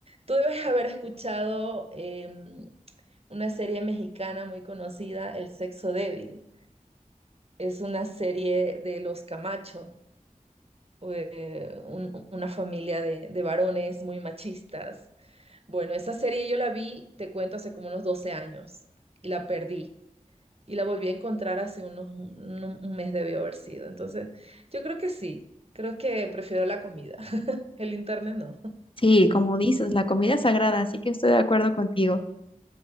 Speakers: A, on the right (about 45°); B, on the left (about 40°).
A: Tú debes haber escuchado em, una serie mexicana muy conocida, El Sexo Débil. Es una serie de los Camacho. eh, un- una familia de, de varones muy machistas. Bueno, esa serie yo la vi, te cuento, hace como unos 12 años y la perdí. Y la volví a encontrar hace unos, un, un mes debió haber sido. Entonces, yo creo que sí, creo que prefiero la comida. <laughs> El internet no.
B: Sí, como dices, la comida es sagrada, así que estoy de acuerdo contigo.